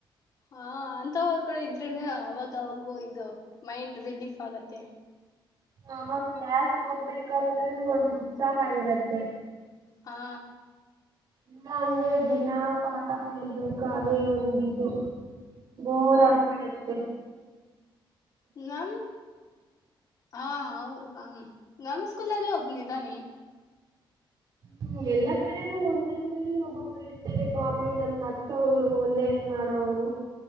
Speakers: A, on the left; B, on the right.
A: ಹಾ ಅಂತವ ಕೂಡೆ ಇದ್ರೇನೆ ಅವಾಗವಾಗೂ ಇದು ಮೈಂಡ್ ರಿಲೀಫ್ ಆಗತ್ತೆ
B: ಯಾವಾಗ ಕ್ಲಾಸ್ ಹೋಗ್ಬೇಕಂದ್ರೂನು ಒಂದು ಉತ್ಸಾಹ ಇರತ್ತೆ
A: ಹಾ
B: ಇಲ್ಲ ಅಂದ್ರೆ ದಿನ ಪಾಠ ಕೇಳ್ಬೇಕು ಅದೇ ಒಂದಿದು ಬೋರ್ ಆಗ್ಬಿಡ ಹ
A: ನ ಹಾ ಹೌದ ಆ ನಮ್ಮ್ ಸ್ಕೂಲ್ಲ್ಲಿ ಒಬ್ನಿದ್ದಾನೆ
B: ಹ್ಮ ಎಲ್ಲಾ ಕಡೆನೂ ಒಂದಂದ್ರೆ ಒಬ್ಬೊಬ್ರು ಇರ್ತಾರೆ ಕಾಮಿಡಿ ನಮ್ ನಕ್ಸವರು ಒಳ್ಳೆ ಮಾಡೋವರು